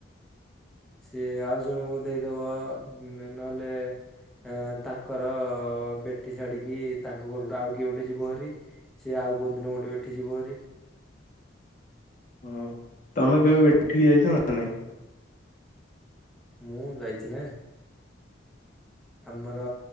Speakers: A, in the centre; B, on the left.
A: ସିଏ ଆଉ ଜଣଙ୍କୁ ଦେଇଦବ ନହେଲେ ଏ ତାଙ୍କର ବେଠି ଛାଡିକି ତାଙ୍କ ଘରଠୁ ଆଉ କିଏ ଗୋଟେ ଯିବ ହାରି। ସିଏ ଆଉ କୋଉଦିନ ଗୋଟେ ବେଠି ଯିବ ହେରି।
B: ହଁ ତମେ କେବେ ବେଠିକି ଯାଇଛ ନା ନାଇଁ?
A: ମୁଁ ଯାଇଛି ନା। ଆମର